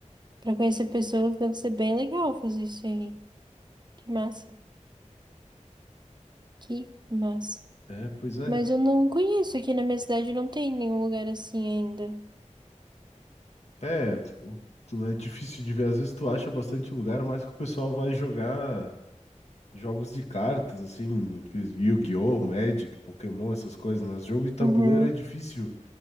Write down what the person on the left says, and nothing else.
É, pois é.
É, o- né, é difícil de ver. Às vezes tu acha bastante lugar, mas que o pessoal vai jogar jogos de cartas, assim, aqueles Yu-Gi-Oh, Magic, Pokémon, essas coisas, né? Jogo de tabuleiro
é difícil,